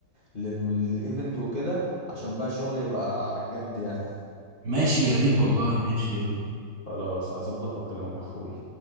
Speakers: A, on the left; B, on the right.
A: لل للإيفنت وكده عشان بقى الشغل يبقى على الجد يعني
B: ماشي يا ريت والله ماشي
A: خلاص هظبط واكلمك يا اخوي